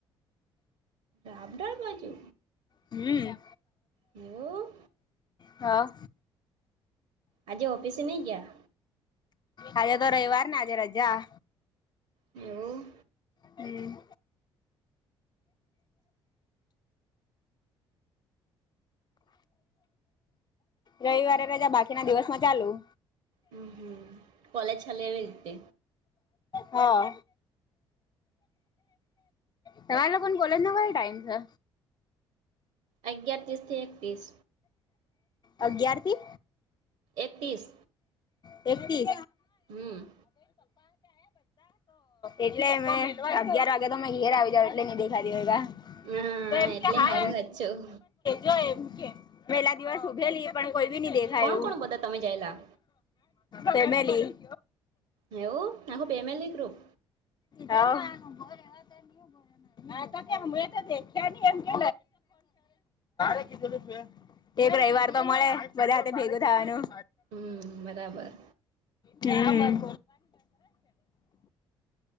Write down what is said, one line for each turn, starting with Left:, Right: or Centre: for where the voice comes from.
Right: આંબળા બાજુ
Left: હમ્મ
Right: એવું.
Left: હા
Right: આજે ઓફિસે નઈ ગયા
Left: આજે તો રવિવારને આજે રજા.
Right: હમ્મ.
Left: હમ્મ રવિવારે રજા બાકીના દિવસમાં ચાલુ.
Right: હમ હમ. કોલેજ ચાલી એવી રીતે.
Left: હા તમાર લોકોને કોલેજનો કયો ટાઈમ છે?
Right: અગિયાર ત્રીસ થી એક ત્રીસ.
Left: અગિયાર થી
Right: એકતીસ
Left: એક તીસ.
Right: હમ
Left: એટલે મે અગયાર વાગ્યા તો ઘેર આવી જાવ એટલે <unintelligible>
Right: હા
Left: તો એમ
Right: એટલે
Left: કે હાલ
Right: સારું હચું
Left: જો એમ કે પેલા દિવસ ઉભેલી પણ કોઈ બી નહી દેખાયું.
Right: કોણ કોણ બધા તમે જાયેલા
Left: ફેમિલી.
Right: હેવું ના ખૂ પેમલ એ ગ્રૂપ.
Left: હોવ <inaudible> હા તો કે હમ તો દેખ્યા ન એમ કે <unintelligible> એક રવિવાર તો મળે બધા સાથે ભેગું થવાનું.
Right: હમ બરાબર
Left: હમ્મ.